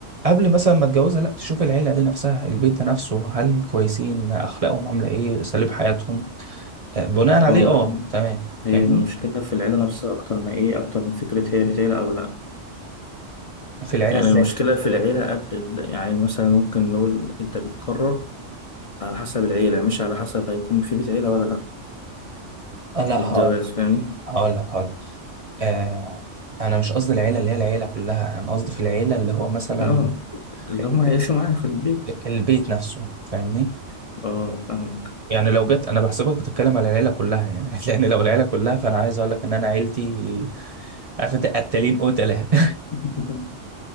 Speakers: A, on the right (about 40°); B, on the left (about 55°).
A: قبل مثلا ما اتجوزها لا تشوف العيله دي نفسها البيت ده نفسه هل كويسين اخلاقهم عامله ايه اساليب حياتهم آه، بناء عليه
B: أه
A: اه
B: يعني
A: تمام فاهمني
B: هي المشكلة في العيلة نفسها أكتر ما إيه أكتر من فكرة هي بيت عيلة أو لأ
A: في العيله
B: يعني
A: ازاي
B: المشكلة في العيلة قبل ال- يعني مثلا ممكن نقول أنت بتقرر على حسب العيلة مش على حسب هيكون في بيت عيلة ولا لأ
A: آه، لا
B: الجواز
A: هقول
B: فاهمني؟
A: هقول لك هقول لك آه انا مش قصدي العيله اللي هي العيله كلها انا قصدي في العيله اللي هو مثلا
B: اه اللي هم
A: البيت
B: هيعيشوا معايا في البيت
A: البيت نفسه فاهمني
B: اه فاهمك
A: يعني لو جت انا بحسبك بتتكلم على العيله كلها يعني <laughs> لان لو العيله كلها فانا عايز اقول لك ان انا عيلتي عارف انت قتالين قتله <laughs>
B: <laughs>